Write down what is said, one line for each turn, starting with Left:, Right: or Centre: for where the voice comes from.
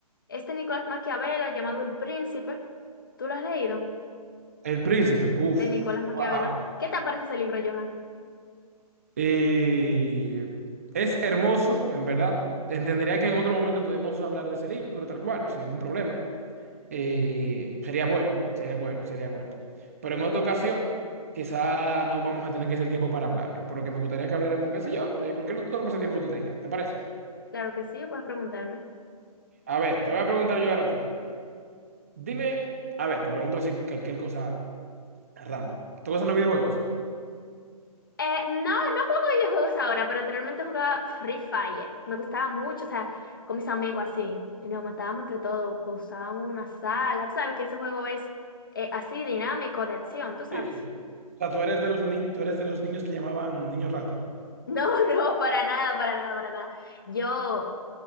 Left: este Nicolás Maquiavelo llamado El Príncipe. ¿Tú lo has leído?
Right: El príncipe, uff.
Left: de Nicolás Maquiavelo.
Right: Wow.
Left: ¿Qué te parece ese libro, Johan?
Right: Eh, es hermoso, en verdad. Entendería que en otro momento podemos hablar de ese libro, tal cual, sin ningún problema. Eh, sería bueno, sería bueno, sería bueno. Pero en otra
Left: Sí,
Right: ocasión, quizá no vamos a tener que hacer tiempo para hablarlo, por lo que me gustaría que habláramos, qué sé yo, de cualquier otro tiempo que tú tengas. ¿Te parece?
Left: claro que sí, puedes preguntarme.
Right: A ver, te voy a preguntar yo ahora a ti. Dime, a ver, te pregunto si cualquier cosa random. ¿Te gustan los videojuegos?
Left: Eh, no, no juego videojuegos ahora, pero anteriormente jugaba Free Fire. Me gustaba mucho, o sea, con mis amigos así. Y nos matábamos entre todos, usábamos una sala. Tú sabes que ese juego es eh, así dinámico, de acción, tú sabes.
Right: Sí, sí. O sea, tú eres de los ni- tú eres de los niños que llamaban niños rata.
Left: No, <laughs> no, para nada, para nada, para nada. Yo